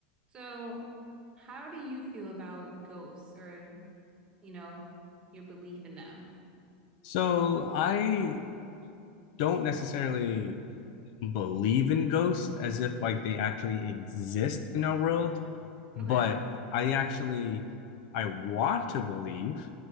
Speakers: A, on the right (about 20°); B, on the left (about 50°).
A: So, how do you feel about ghosts or, you know, your belief in them?
B: So I don't necessarily believe in ghosts as if like they actually exist in our world, but
A: Okay.
B: I actually I want to believe